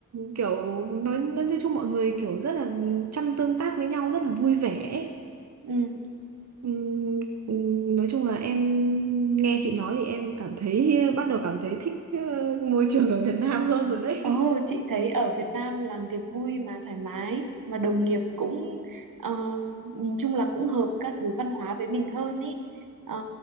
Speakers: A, on the right (about 55°); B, on the right (about 75°).
A: kiểu nói nói chung mọi người kiểu rất là chăm tương tác với nhau rất là vui vẻ ấy.
B: ừ
A: Ừm, ừm, nói chung là em nghe chị nói thì em cảm thấy bắt đầu cảm thấy thích ờ, môi trường ở Việt Nam hơn rồi đấy
B: ồ chị thấy ở Việt Nam làm việc vui mà thoải mái mà đồng nghiệp cũng ờ, nhìn chung là cũng hợp các thứ văn hóa với mình
A: <laughs>
B: hơn ý Ờ,